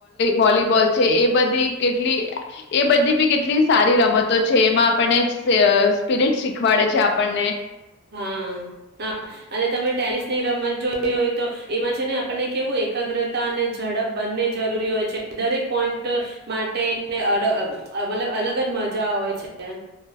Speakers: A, on the left; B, on the right.
A: વોલીબોલ છે એ બધી કેટલી એ બધી બી કેટલી સારી રમતો છે એમાં આપણને સ સ્પિરિટ શીખવાડે છે આપણને.
B: હા હા અને તમે ટેનિસની રમત જોઈ હોય તો એમાં છે ને આપણને કેવું એકાગ્રતા અને ઝડપ બંન્ને જરૂરી હોય છે, દરેક પોઈન્ટ માટે અ મતલબ અલગ જ મજા હોય છે.